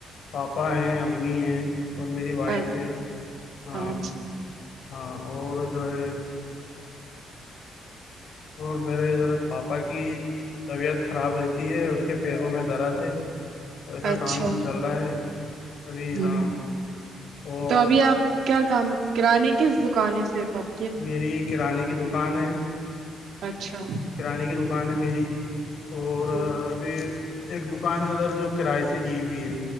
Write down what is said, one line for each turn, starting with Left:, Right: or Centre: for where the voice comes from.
Left: پاپا ہیں امی ہیں اور میری وائف
Right: اچھا
Left: ہے ہاں
Right: اچھا
Left: ہاں اور جو ہے اور میرے ادھر پاپا پاپا کی طبیعت خراب رہتی ہے ان کے پیروں میں درد ہے ایسا
Right: اچھا
Left: کام چل رہا ہے ابھی
Right: ہ
Left: ہاں اور
Right: تو ابھی آپ کیا کام کرے کس دکان ہے صرفپ
Left: میری کرانے کی دکان ہے
Right: اچھا
Left: کرانے کی دکان ہے میری اور
Right: جی
Left: اھی ایک دکان ہے ادھر جو کراائے سے دی ہوئی ہے